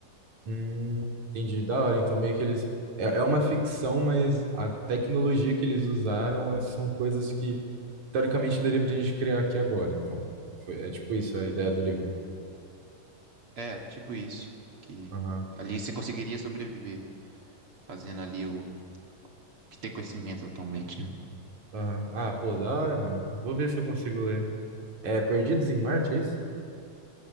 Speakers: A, on the right; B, on the right.
A: Hum, entendi. Da hora. Então, meio que eles. É, é uma ficção, mas a tecnologia que eles usaram é- são coisas que, teoricamente, daria pra gente criar aqui agora. Então, foi, é tipo isso a ideia do livro.
B: É, tipo isso, que
A: Aham.
B: ali você conseguiria sobreviver fazendo ali o que tem conhecimento atualmente, né?
A: Aham. Ah, pô, da hora, mano. Vou ver se eu consigo ler. É Perdidos em Marte, é isso?